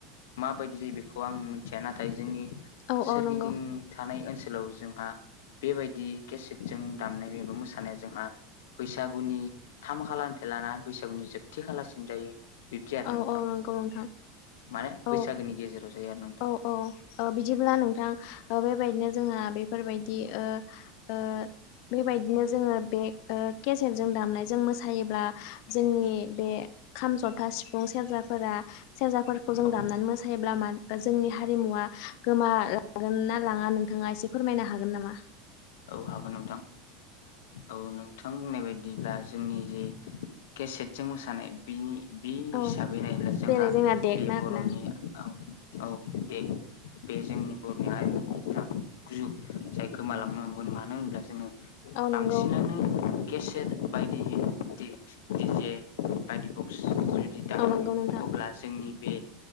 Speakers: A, on the left (about 85°); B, on the left (about 55°).
A: माबायदि जायो बेखौ आं मिथिया नाथाय जोंनि
B: औ
A: सोरगिदिं
B: औ नंगौ
A: थानाय ओनसो लाव जोंहा बेबायदि केसेटजों दामनाय एबा मोसानाया जोंहा बैसागुनि थाम खालारनिफ्राय लाना बैसागुनि जोबथि खालारसिम जायो। बिब्दि आरो
B: औ
A: नोंथां
B: औ नंगौ नोंथां।
A: माने
B: औ
A: बैसागोनि गेजेराव जायो आरो नोंथां
B: औ औ बिदिब्ला नोंथां बेबायदिनो जोंहा बे फोरबायदि ओ ओ बेबायदिनो जोङो बे ओ केसेटजों दामनायजों मोसायो ब्ला जोंनि बे खामजथ खाम सिफुं सेरजाफोरा सेरजाफोरखौ जों
A: औ
B: दामनानै मोसायोब्ला मा जोंनि हारिमुआ गोमा लागोन ना लाङा नोंथाङा एसे फोरमायनो हागोन नामा?
A: औ हागोन नोंथां औ नोंथां बुंनाय बायदिब्ला जोंनि जे केसेटजों मोसानाय बिनि बे
B: औ
A: हिसाबै नायोब्ला जोंहा
B: जेरै जोंना देगना
A: बे बर'नि
B: आरोना
A: औ दे बे जोंनि बर'नि हारिमुनि दाम गुजु जाय गोमालांनो हमगोन मानो होनब्ला जोङो
B: औ
A: बांसिनानो
B: नंगौ
A: केसेट बायदि दिकस दिजे बायदि बक्स दामो
B: औ नंगौ नोंथां
A: अब्ला जोंनि बे